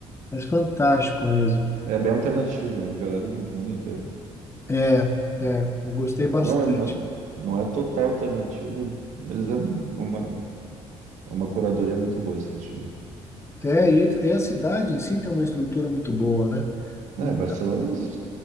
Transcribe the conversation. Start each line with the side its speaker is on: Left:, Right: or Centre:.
Left: mas fantástico mesmo.
Right: É bem alternativo, né? Uma galera do mundo inteiro.
Left: É, é, eu gostei bastante.
Right: Não é, não, não é total alternativo, ele- mas é uma, é uma curadoria muito boa esse festival.
Left: É, e, e a cidade em si tem uma estrutura muito boa, né?
Right: É,
Left: Em-
Right: Barcelona, é uma- acho